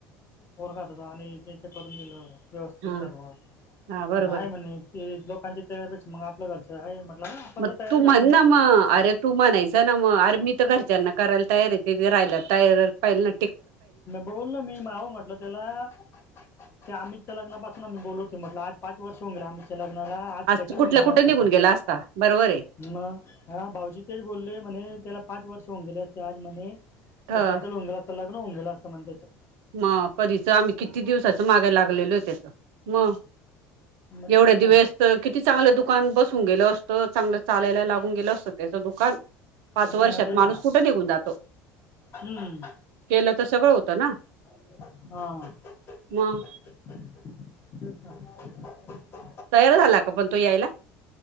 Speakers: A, on the left; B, on the right.
A: पोर खात तो आणििल त्याचे करून दिलं व्यवस्थित
B: हा
A: सर्व
B: हा बरोबर
A: आता आहे म्हणे ते लोकांचीण्यापेक्षा मग आपलं घरचं आहे म आप
B: मग
A: तया
B: तू ना म अरे तू म्हणायच ना म आर्मी तर कर ज्यांना करायला तयारी आहे ती राहायला तयार पाहिला न
A: बोल ना मी माऊ म्हटलं त्याला ते आमितच्याग्नासून आ्ही बोलवो म्हटलं आज पाच वर्ष होऊ गे आमितच्याग्न कुणाला आज सेटल
B: तू
A: होऊन
B: कुठल्या
A: गेला
B: कुठे
A: असत
B: निघून
A: तो
B: गेला असता बरोबर आहे
A: म हा भाऊजी तेच बोलले म्हणे त्याला पाच वर्ष होऊ गेले असते आज म्हणे
B: तर
A: सेटल होऊ गेल अस लग्न होऊ गेलं असतं म्ह
B: मग परीच आम्ही किती दिवसाच मागे लागलेलो हो त्याच मग
A: मग
B: एवढ्या
A: तेच ना
B: दिवस तर किती चांगलं दुकान बसून गेलं असतं चांगलं चालायला लागून गेल असत त्याच दुकान पाच
A: हा
B: वर्षात
A: तेच ना
B: माणूस कुठे निघून जातो
A: हम्म
B: केलं तर सगळं होतं ना
A: हा
B: मग तयार झाला का पण तो यायला